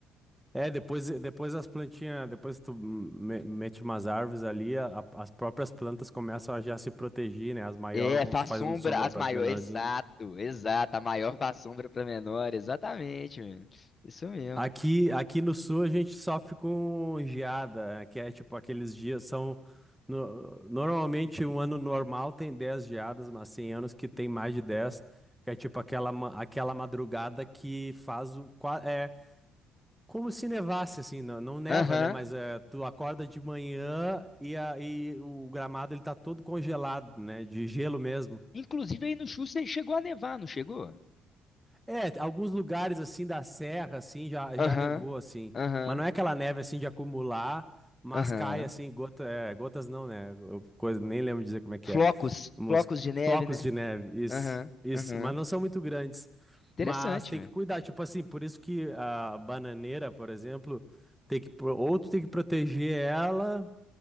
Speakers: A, in the centre; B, on the left.
A: É, depois, depois as plantinhas, depois tu me- mete umas árvores ali, a- as próprias plantas começam a já se proteger, né? As maiores
B: É,
A: vão
B: faz
A: fazendo
B: sombra
A: sombra
B: às
A: para
B: maiores.
A: as menorzinhas.
B: Exato, exato. A maior faz sombra pra menor. Exatamente, mano. Isso mesmo.
A: Aqui, aqui no sul a gente sofre com geada, que é tipo aqueles dias são. no- normalmente um ano normal tem 10 geadas, mas tem anos que tem mais de 10, que é tipo aquela, ma- aquela madrugada que faz o. qua- É como se nevasse, assim, não, não neva,
B: Aham.
A: né? Mas é, tu acorda de manhã e, a, e o gramado ele tá todo congelado, né? De gelo mesmo.
B: Inclusive aí no Chussa chegou a nevar, não chegou?
A: É, alguns lugares assim da serra assim já,
B: Aham,
A: já nevou assim,
B: aham,
A: mas não é aquela neve assim de acumular, mas
B: aham.
A: cai assim gota, é, gotas não, né? Eu- Coisa, nem lembro dizer como é que
B: Flocos,
A: é. Uns
B: flocos de neve,
A: flocos
B: né?
A: de neve, isso,
B: Aham,
A: isso,
B: aham.
A: mas não são muito grandes.
B: Interessante,
A: Mas tem
B: mano.
A: que cuidar, tipo assim, por isso que a bananeira, por exemplo, tem que pro- ou tu tem que proteger ela